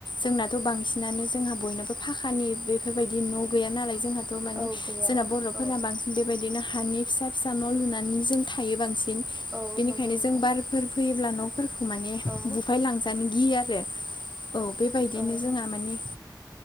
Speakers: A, on the left; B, on the right.
A: जोंनाथ' बांसिनानो जोंहा बयनाबो फाखानि बेफोरबायदि न' गैया नालाय जोंहाथ' माने
B: औ गैया
A: जोंना बर'फोरा
B: औ
A: बांसिन बेबायदिनो हानि फिसा फिसा न' लुनानै जों थायो बांसिन
B: औ
A: बेनिखायनो
B: नंगौ नोंथां
A: जों बारफोर फैयोब्ला न' फोरखौ माने
B: औ
A: बुफायलांजानो गियो आ रो औ बेबायदिनो
B: औ
A: जोंहा माने